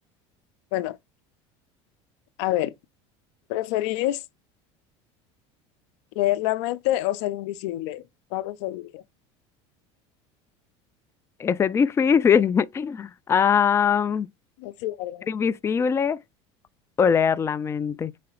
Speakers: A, on the left; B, on the left.
A: Bueno, a ver, ¿preferís Leer la mente o ser invisible. Pablo Solía.
B: Ese es difícil. <laughs> Ah,
A: Sí, ¿verdad?
B: ser invisible o leer la mente.